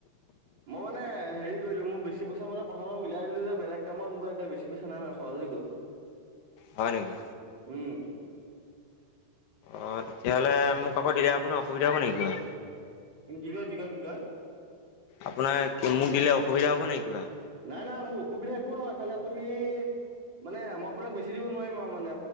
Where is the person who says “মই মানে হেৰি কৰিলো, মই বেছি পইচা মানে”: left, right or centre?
Right